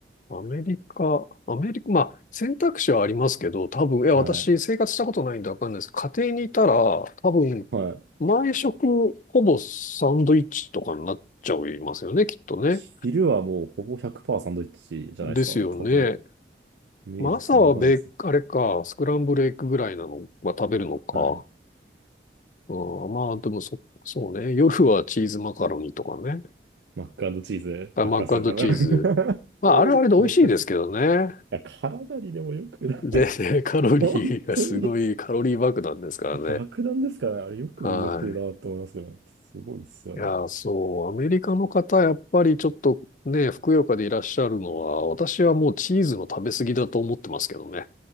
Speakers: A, on the left; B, on the right.
A: アメリカ、アメリカ、まあ選択肢はありますけど、多分、いや、
B: は
A: 私生活したことないんでわかんないです。家庭にいたら、多分、
B: い。はい。
A: 毎食ほぼサンドイッチとかになっちゃいますよね、きっとね。
B: 昼はもうほぼ100%サンドイッチじゃないですか。
A: ですよね。
B: 多分。イメージそんな感じです。
A: まあ、朝はべ、あれか、スクランブルエッグぐらいなのは食べるのか。
B: はい。
A: うん、まあ、でもそ、そうね。夜はチーズマカロニとかね。
B: マッカードチーズばっかっすよ、
A: あマックチーズ。
B: 多分。<laughs>
A: まあ、あれはあれで美味しいですけどね。
B: なんかそいや、体にでも良くない。
A: で、ね
B: <laughs>
A: <laughs> カロリーがすごいカロリー爆弾ですからね。
B: 本当に。爆弾ですからね。あれよくみんな食うなと思いますけど。
A: は
B: すごいっすよ、
A: い。
B: あれ。
A: いや、そう、アメリカの方、やっぱりちょっとね、ふくよかでいらっしゃるのは、私はもうチーズの食べ過ぎだと思ってますけどね。